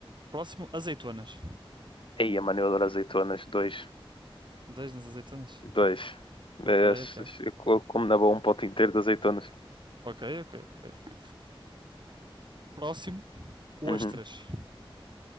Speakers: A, on the right; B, on the left.
A: Próximo, azeitonas.
B: Ei, mano, eu adoro azeitonas. Dois,
A: Dois nas azeitonas?
B: dois.
A: Ok,
B: Eh,
A: ok.
B: Eu como na boa um pote inteiro de azeitonas.
A: Ok, ok, ok. Próximo, ostras.
B: Uhum.